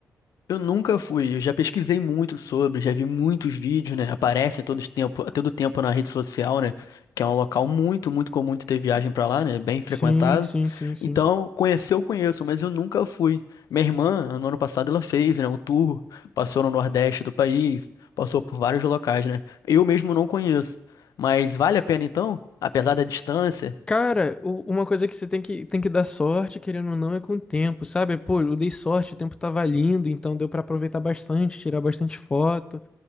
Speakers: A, on the left; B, on the left.
A: Eu nunca fui, eu já pesquisei muito sobre, já vi muitos vídeos, né? Aparecem todo esse tempo, a todo tempo na rede social, né? Que é um local muito, muito comum de ter viagem pra lá, né? Bem frequentado.
B: Sim, sim, sim, sim.
A: Então, conhecer eu conheço, mas eu nunca fui. Minha irmã, no ano passado, ela fez, né, um tour, passou no Nordeste do país, passou por vários locais, né? Eu mesmo não conheço. Mas vale a pena então, apesar da distância?
B: Cara, u- uma coisa que você tem que, tem que dar sorte, querendo ou não, é com o tempo, sabe? Pô, eu dei sorte, o tempo tava lindo, então deu pra aproveitar bastante, tirar bastante foto.